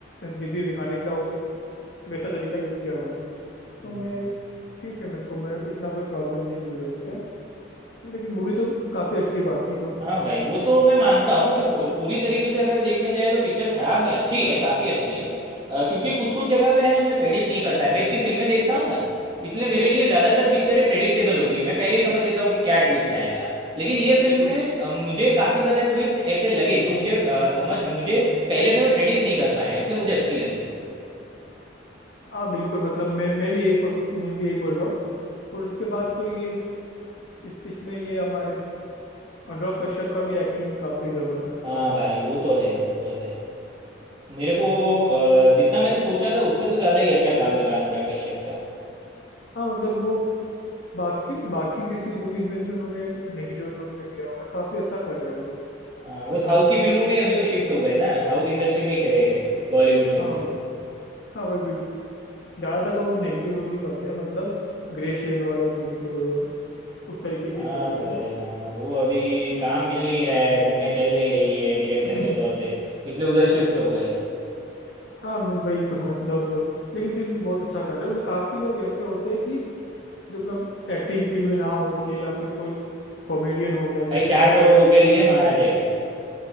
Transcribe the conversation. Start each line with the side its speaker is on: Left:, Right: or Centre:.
Left: जिद्दी दिखाने के लिए वो- वैसा तरीका यूज किया उन्होंने
Right: हम्म।
Left: तो मैं ठीक है मेरे को मैं इतना कोई प्रॉब्लम नहीं है मुझे उससे तो लेकिन मूवी तो काफी अच्छी है बाकी तो
Right: हाँ भाई वो तो मैं मानता हूँ कि पू- पूरी तरीके से अगर देखने जाए तो पिक्चर खराब नहीं अच्छी है काफ़ी अच्छी है अ, क्योंकि कुछ कुछ जगह पे है ना मैं प्रेडिक्ट नहीं कर पाया मैं इतनी फिल्में देखता हूँ ना इसलिए मेरे
Left: हम्म
Right: लिए ज़्यादातर पिक्चरें प्रेडिक्टेबल होती है मैं पहले ही समझ लेता हूँ कि क्या ट्विस्ट आएगा लेकिन ये
Left: बिल्कुल
Right: फिल्म में अ, मुझे काफ़ी ज़्यादा ट्विस्ट ऐसे लगे जो मुझे अ, समझ मुझे पहले से मैं प्रेडिक्ट नहीं कर पाया इसलिए मुझे अच्छी लगी
Left: हाँ बिल्कुल मतलब मैं मैं भी यही सोच मैं भी यही बोल रहा हूँ और उसके बाद तो ये इस इसमें ये हमारे अनुराग कश्यप का भी एक्टिंग काफी जबरदस्त
Right: हाँ
Left: था
Right: भाई वो तो है वो तो है मेरे को अ, जितना मैंने सोचा था उससे तो ज़्यादा ही अच्छा काम लगा अनुराग कश्यप का
Left: हाँ मतलब वो बाकी बाकी किसी मूवीज में भी उन्होंने नेगेटिव रोल पे किया हुआ है काफी अच्छा कर रहे हैं वो
Right: हाँ, वो
Left: मतलब
Right: साउथ की फिल्मों में ही अभी तो शिफ्ट हो गए ना साउथ इंडस्ट्री में ही चले गए बॉलीवुड छोड़
Left: हाँ
Right: के
Left: हाँ वही वही ज्यादातर को नेगेटिव रोल ही कर रहे हैं मतलब ग्रे शेड वाले नेगेटिव रोल उस तरीके के
Right: हाँ
Left: ही कर रहे
Right: भाई
Left: हो
Right: हाँ वो अभी काम मिल नहीं रहा है फिल्में चल नहीं रही है डायरेक्टर
Left: <laughs>
Right: के तौर पे इसलिए उधर शिफ्ट हो गए
Left: हाँ मैं वही तो मतलब लेकिन फिर भी बहुत अच्छा कर रहे हैं मतलब काफी लोग ऐसे होते हैं कि जो मतलब एक्टिंग फील्ड में ना हो के या फिर कोई कॉमेडियन हो गया जैसे
Right: भाई चार
Left: कि
Right: करोड़ रुपए लिए महाराजा के